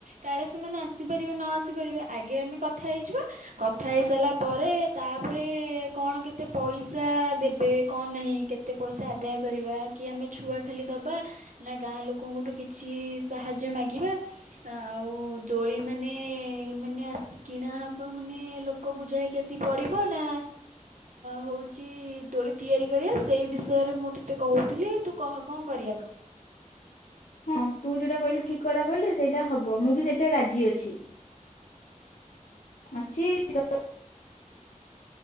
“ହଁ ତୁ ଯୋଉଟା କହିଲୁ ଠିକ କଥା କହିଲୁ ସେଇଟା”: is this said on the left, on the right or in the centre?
Left